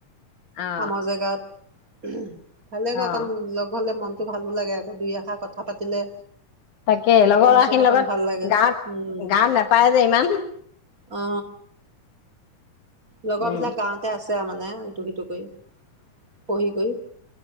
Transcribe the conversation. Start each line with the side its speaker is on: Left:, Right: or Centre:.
Left: অ
Right: কামৰ জেগাত। <inaudible> ভালে ক অকন
Left: অ
Right: লগ হ'লে মন। টো ভালো লাগে আকৌ দুই এখাৰ কথা পাতিলে
Left: তাকে লগৰ
Right: মন
Left: ল'ৰা
Right: চন
Left: খিনিৰ
Right: অকণ
Left: লগত
Right: ভাল লাগে
Left: গাঁওত
Right: উম
Left: -গাঁওত নেপায় যে ইমান।
Right: অ লগৰ
Left: উম
Right: বিলাক গাওঁতে আছে। <unintelligible> মানে ইটো সিটো কৰি। পঢ়ি কৰি